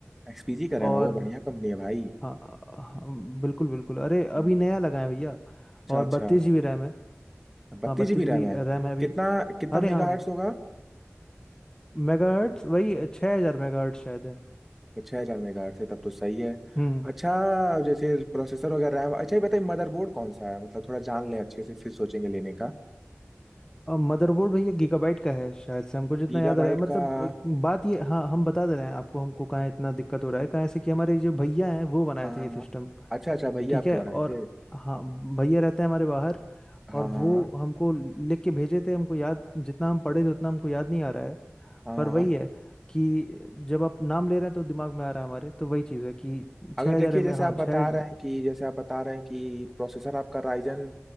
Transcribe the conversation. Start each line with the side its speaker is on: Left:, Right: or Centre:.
Centre: एक्सपीजी का रैम
Left: और
Centre: है वो बढ़िया कंपनी है भाई
Left: हाँ हाँ, बिल्कुल बिल्कुल अरे
Centre: हाँ।
Left: अभी नया लगा है भैया
Centre: अच्छा
Left: और
Centre: अच्छा
Left: बत्तीस जीबी रैम है
Centre: बत्तीस
Left: हाँ बत्तीस
Centre: जीबी
Left: जी
Centre: रैम है
Left: रैम है अभी
Centre: कितना कितना
Left: अरे
Centre: मेगा
Left: हाँ
Centre: हर्ट्स होगा
Left: मेगाहर्ट्ज वही छः हज़ार मेगाहर्ट्ज शायद है
Centre: छः हजार मेगा हर्ट्स है तब तो सही है
Left: हम्म
Centre: अच्छा जैसे प्रोसेसर वगैरह रैम अच्छा ये बताइए मदरबोर्ड कौन सा है मतलब थोड़ा जान लें अच्छे से फिर सोचेंगे लेने का
Left: और मदरबोर्ड भैया गीगाबाइट का है शायद से हमको जितना
Centre: गीगाबाइट
Left: याद आ रहा है मतलब
Centre: का हाँ
Left: अ, बात ये हाँ हम बता दे रहे हैं आपको हमको कहाँ इतना दिक्कत हो रहा है कहाँ से कि हमारे जो भैया हैं वो बनाए
Centre: हाँ,
Left: थे ये सिस्टम
Centre: हाँ। अच्छा अच्छा भैया
Left: ठीक
Centre: आपके
Left: है
Centre: बनाए
Left: और
Centre: थे
Left: हाँ भैया रहते हैं हमारे बाहर
Centre: हाँ
Left: और
Centre: हाँ
Left: वो हमको लिख के भेजे थे हमको याद जितना हम पढ़े थे उतना हमको याद नहीं आ रहा है
Centre: हाँ
Left: पर वही
Centre: हाँ
Left: है कि जब आप नाम ले रहे हैं तो दिमाग में आ रहा है हमारे तो वही चीज़ है कि
Centre: अगर
Left: छः
Centre: देखिए
Left: हज़ार एम
Centre: जैसे
Left: ए, हाँ
Centre: आप बता
Left: छः
Centre: रहे हैं कि जैसे आप बता रहे हैं कि प्रोसेसर आपका Ryzen